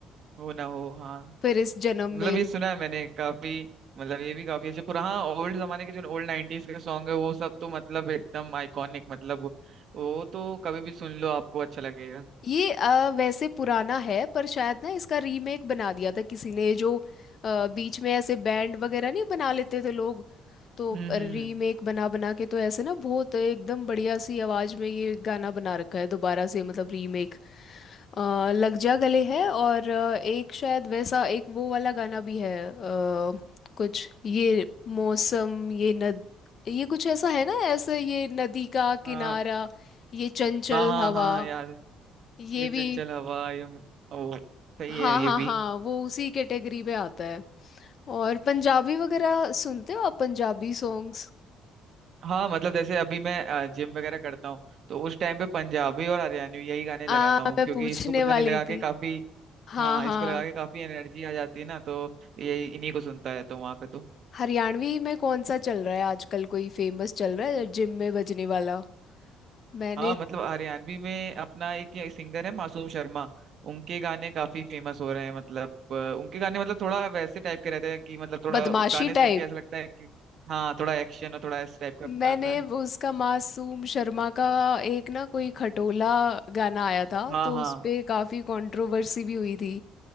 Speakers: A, on the right (about 55°); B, on the left (about 45°).
A: वो ना हो हाँ
B: फिर इस जन्म
A: मतलब
B: में
A: ये सुना है मैंने काफी मतलब ये भी काफी अच्छे पुराना ओल्ड जमाने के जो ओल्ड नाइनटीज के सॉन्ग है वो सब तो मतलब एकदम आइकॉनिक मतलब वो तो कभी भी सुन लो आपको अच्छा लगेगा
B: ये अ, वैसे पुराना है पर शायद ना इसका रीमेक बना दिया था किसी ने जो अ, बीच में ऐसे बैंड वगैरह नहीं बना लेते थे लोग तो
A: हम्म
B: रीमेक
A: हम्म
B: बना बना के तो ऐसे ना बहुत एकदम बढ़िया सी आवाज में ये गाना बना रखा है दोबारा से मतलब रीमेक अ, लग जा गले है और अ, एक शायद वैसा एक वो वाला गाना भी है अ, कुछ ये मौसम ये नद ये कुछ ऐसा है ना ऐसे ये नदी का
A: हाँ
B: किनारा ये चंचल
A: हाँ हाँ
B: हवा
A: हाँ यार
B: ये
A: ये चंचल
B: भी
A: हवा ये ओ, सही
B: हाँ
A: है ये
B: हाँ
A: भी
B: हाँ वो उसी कैटेगरी में आता है और पंजाबी वगैरह सुनते हो आप पंजाबी सॉन्ग्स
A: हाँ मतलब जैसे अभी मैं जिम वगैरह करता हूँ तो उस टाइम पे पंजाबी और हरियाणवी यही गाने
B: आ
A: लगाता हूँ
B: मैं
A: क्योंकि
B: पूछने
A: इसको पता
B: वाली
A: नहीं लगा के
B: थी
A: काफी
B: हाँ
A: हाँ
B: हाँ
A: इसको लगा के काफी एनर्जी आ जाती है ना तो यही इन्हीं को सुनता रहता हूँ वहां पे तो
B: हरियाणवी में कौन सा चल रहा है आजकल कोई फेमस चल रहा है जिम में बजने वाला मैंने
A: हाँ मतलब हरियाणवी में अपना एक ये सिंगर है मासूम शर्मा उनके गाने काफी फेमस हो रहे हैं मतलब अ, उनके गाने मतलब थोड़ा वैसे टाइप के रहते हैं कि मतलब थोड़ा
B: बदमाशी
A: गाने सुन
B: टाइप
A: के ऐसा लगता है कि हाँ थोड़ा एक्शन और थोड़ा इस टाइप का
B: मैंने
A: आता है
B: वो उसका मासूम शर्मा का एक ना कोई खटोला गाना आया था
A: हाँ
B: तो
A: हाँ
B: उस पे काफी कंट्रोवर्सी भी हुई थी